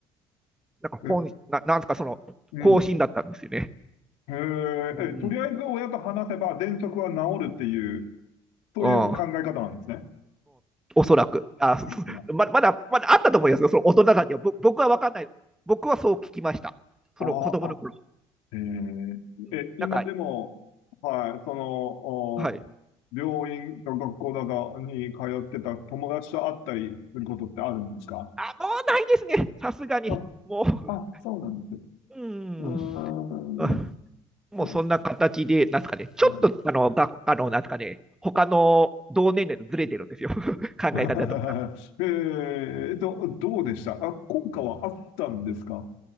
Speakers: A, in the centre; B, on the left.
A: なんか本、
B: え、
A: な、なんですか、その、
B: うん。
A: 方針だったんですよね。
B: へえ、
A: うんうん
B: えとりあえず親と話せば、喘息は治るっていう、そういう考え方なんですね。
A: うん、うん、おそらく。あ、<laughs> そそま、
B: うん
A: まだ、まだあったと思いますよ、その大人たちは。ぼ僕は分かんない。僕はそう聞きました。その子供の頃。
B: あーあえー、
A: うん、
B: え、今でも、
A: なんか、
B: はい、その、
A: はい。
B: お病院か学校だかに通ってた友達と会ったりすることってあるんですか
A: あ、もうないですね。さすがに。
B: あ、
A: もう、
B: あ、そうなんです。
A: うん。
B: うーん、
A: うんもうそんな形で、
B: そうですか。
A: なんですかね、ちょっと、
B: うん
A: あの、が、あの、なんですかね、他の同年齢とずれてるんですよ。<laughs> 考え方とか。
B: <laughs> えーと、
A: うん
B: どうでしたあ、効果はあったんですか